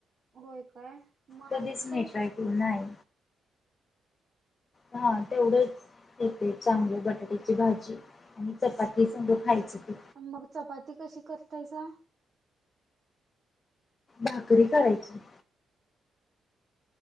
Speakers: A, on the right (about 40°); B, on the left (about 30°).
A: होय काय मग
B: कधीच
A: आणि
B: नाही
A: काय येते
B: ट्राय केलं नाय. हा तेवढंच एक ते चांगलं बटाट्याची भाजी आणि चपाती संग खायच ते.
A: आणि मग चपाती कशी करतायसा?
B: भाकरी करायची.